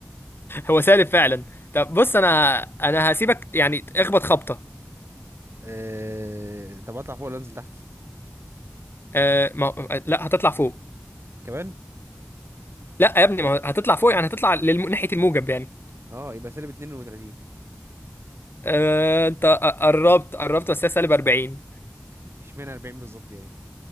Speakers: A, on the left; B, on the right.
A: هو سالب فعلا طب بص انا انا هسيبك يعني اخبط خبطه
B: أه... طب اطلع فوق ولا انزل تحت
A: أه ما... لا هتطلع فوق
B: كمان
A: لا يا ابني ما هو هتطلع فوق يعني هتطلع للم... ناحيه الموجب يعني
B: اه يبقى سالب 32
A: أه انت قربت قربت بس هي سالب 40
B: اشمعنى 40 بالظبط يعني